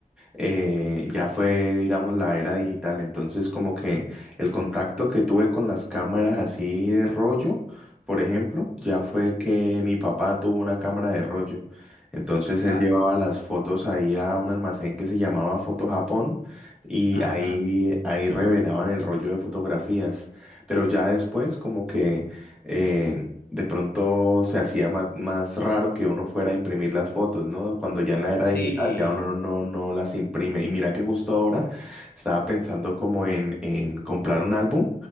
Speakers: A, in the centre; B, on the left (about 80°).
A: eh, ya fue, digamos, la era digital. Entonces, como que el contacto que tuve con las cámaras así de rollo, por ejemplo, ya fue que mi papá tuvo una cámara de rollo. Entonces
B: Claro.
A: él llevaba las fotos ahí a un almacén que se llamaba Foto Japón y
B: Ajá.
A: ahí, ahí revelaban el rollo de fotografías. Pero ya después como que eh, de pronto se hacía más, más raro que uno fuera a imprimir las fotos, ¿no? Cuando ya en la era
B: Sí.
A: digital ya uno no, no, no las imprime. Y mira que justo ahora estaba pensando como en, en comprar un álbum,